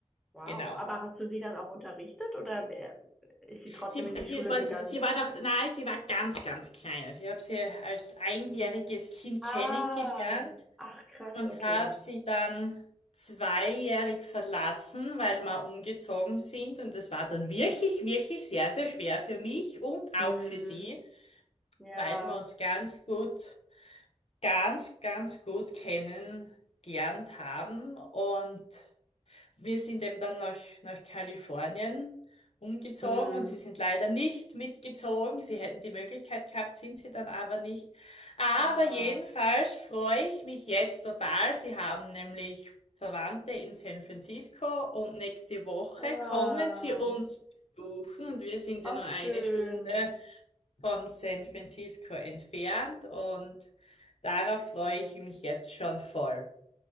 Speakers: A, in the centre; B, on the left.
A: Wow.
B: genau.
A: Aber hast du sie dann auch unterrichtet oder wer- ist sie trotzdem
B: Sie,
A: in die
B: sie
A: Schule
B: war,
A: gegangen?
B: sie war noch, nein, sie war ganz, ganz klein. Also ich habe sie als einjähriges Kind
A: Ah,
B: kennengelernt
A: ach krass,
B: und
A: okay.
B: habe sie dann zweijährig verlassen, weil wir umgezogen sind. Und das war dann wirklich, wirklich sehr, sehr schwer für mich und auch
A: Mhm.
B: für sie,
A: Ja.
B: weil wir uns ganz gut, ganz, ganz gut kennengelernt haben und Wir sind eben dann nach, nach Kalifornien umgezogen
A: Mhm.
B: und sie sind leider nicht mitgezogen. Sie hätten die Möglichkeit gehabt, sind sie dann aber nicht. Aber
A: Ah,
B: jedenfalls freue ich mich jetzt total. Sie haben nämlich Verwandte in San Francisco und nächste Woche
A: ah,
B: kommen sie uns besuchen und wir sind
A: auch
B: ja nur eine
A: schön.
B: Stunde von San Francisco entfernt und darauf freue
A: Cool.
B: ich mich jetzt schon voll.